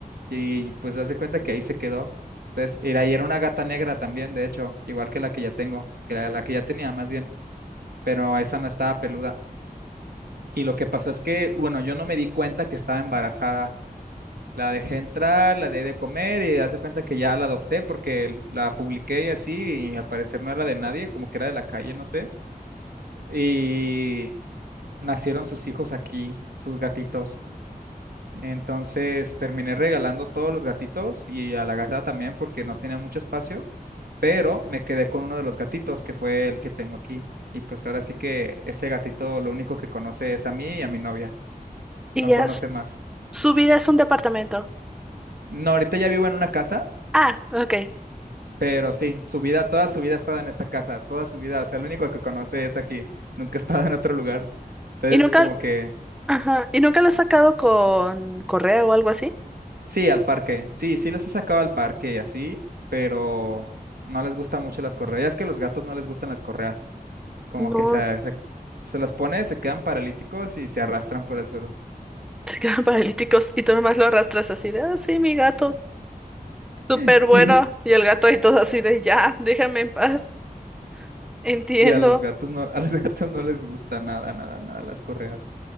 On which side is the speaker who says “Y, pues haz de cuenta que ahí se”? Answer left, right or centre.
Right